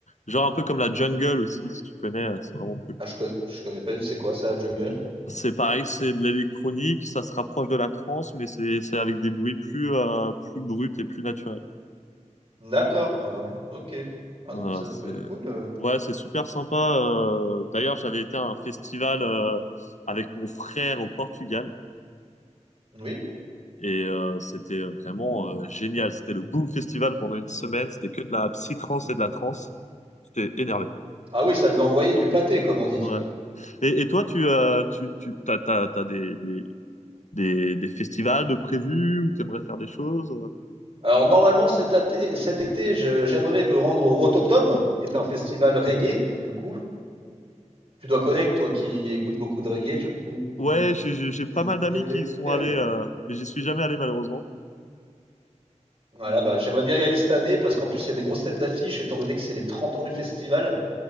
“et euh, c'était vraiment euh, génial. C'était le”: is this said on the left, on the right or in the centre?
Left